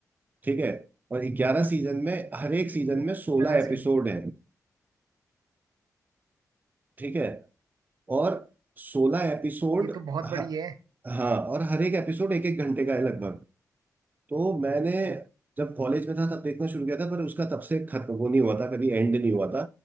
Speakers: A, on the right; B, on the right.
A: ठीक है और ग्यारह सीजन में हर एक सीजन
B: वो
A: में सोलह
B: तरह
A: एपिसोड
B: से
A: है ठीक है और सोलह एपिसोड
B: ये तो बहुत
A: हाँ
B: बड़ी है
A: और हर एक एपिसोड एक एक घंटे का है लगभग तो मैंने जब कॉलेज में था तब देखना शुरू किया था पर उसका तब से खत्म वो नहीं हुआ था कभी एंड नहीं हुआ था